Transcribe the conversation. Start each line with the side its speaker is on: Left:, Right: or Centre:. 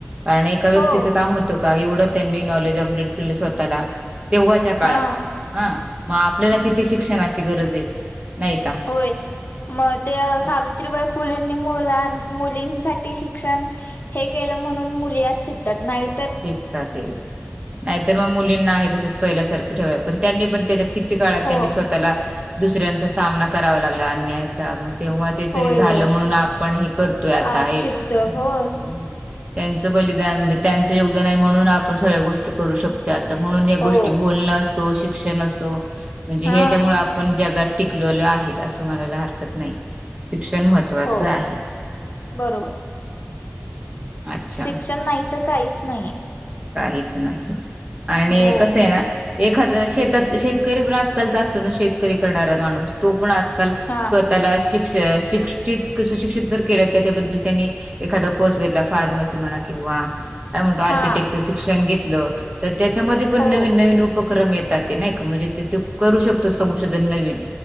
Right: कारण एका व्यक्तीचं
Left: हो
Right: काम होतं. का एवढं त्यांनी नॉलेज अपडेट केलं स्वतःला. तेव्हाच्या काळात
Left: हा
Right: हा मग आपल्याला किती शिक्षणाची गरज आहे. नाही का
Left: होय म ते सावि- सावीत्रीबाई
Right: अस
Left: फुलेंनी मुलां मुलींसाठी शिक्षण हे केलं म्हणून मुली आज शिक त्यात नाही.
Right: शिकतात. नाहीतर मग मुलींना आहे तसच पहिल्यासारखं ठेवाय पण त्यांनी पण त्याच्या किती काळात
Left: हो
Right: त्यांनी स्वतःला दुसऱ्यांचा सामना करावा लागला अन्याय तेव्हा ते
Left: होय
Right: तरी झालं
Left: होय
Right: म्हणून आपण हे करतोय आता
Left: आज
Right: हे
Left: शिकत
Right: हम्म.
Left: होय
Right: त्यांचं बलिदान म्हणजे त्यांचं योगदान आहे म्हणून आपण सगळ्या गोष्टी करू शकतो. आता म्हणून हे
Left: हो
Right: गोष्टी बोलणं असो शिक्षण असो म्हणजे
Left: हा
Right: ह्याच्यामुळे आपण जगात टिकलेलो आहे असं म्हणायला हरकत नाही शिक्षण महत्त्वाचं
Left: हो
Right: आहे
Left: बरोबर
Right: अच्छा
Left: शिक्षण नाही. इथं काहीच नाहीये.
Right: काहीच नाही आणि
Left: हो
Right: कसं आहे ना. एखाद शेतात शेतकरी पण आजकालचा असतो ना शेतकरी करणारा माणूस तो पण आजकाल
Left: हा
Right: स्वतःला शिक्ष शिक्षित सुशिक्षित जर केलं त्याच्याबद्दल त्यांनी एखादा कोर्स घेतला फार्मसी म्हणा किंवा काय म्हणतो आर्किटेक्टचर
Left: हा
Right: शिक्षण घेतलं तर त्याच्यामध्ये पण
Left: हो
Right: नवीन नवीन उपक्रम येत तर ते नाही का म्हणजे करू शकतो संशोधन नवीन